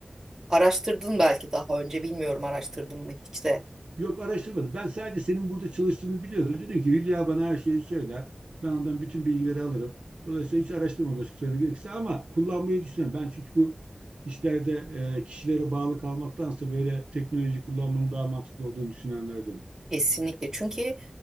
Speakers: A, on the right; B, on the right.
A: Araştırdın belki daha önce bilmiyorum araştırdın mı hiç de.
B: Yok araştırmadım. Ben sadece senin burada çalıştığını biliyordum. Dedim ki Hülya bana her şeyi söyler. Ben ondan bütün bilgileri alırım. Dolayısıyla hiç araştırmadım açık söylemek gerekirse ama kullanmayı düşünüyorum. Ben çünkü bu işlerde e, kişilere bağlı kalmaktansa böyle teknoloji kullanmanın daha mantıklı olduğunu düşünenlerdenim.
A: Kesinlikle çünkü